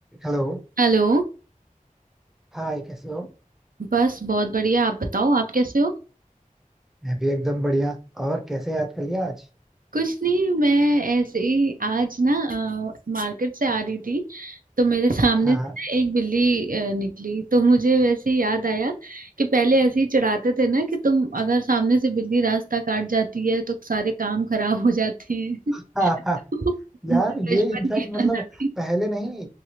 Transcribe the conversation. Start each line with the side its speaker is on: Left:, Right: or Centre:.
Centre: Hello
Right: Hello
Centre: Hi कैसे हो
Right: बस बहुत बढ़िया आप बताओ आप कैसे हो
Centre: मैं भी एकदम बढ़िया और कैसे याद कर लिया आज
Right: कुछ नहीं मैं ऐसे ही आज ना मार्केट से आ रही थी तो मेरे सामने
Centre: हाँ
Right: से ना एक बिल्ली अ, निकली तो मुझे वैसे ही याद आया कि पहले ऐसे ही चिढ़ाते थे ना कि तुम अगर सामने से बिल्ली रास्ता काट जाती है तो सारे काम खराब हो जाते हैं
Centre: हाँ
Right: <laughs>
Centre: हाँ
Right: तो
Centre: यार
Right: मुझे
Centre: ये
Right: बचपन
Centre: इनफैक्ट
Right: की याद
Centre: मतलब
Right: आ गई
Centre: पहले नहीं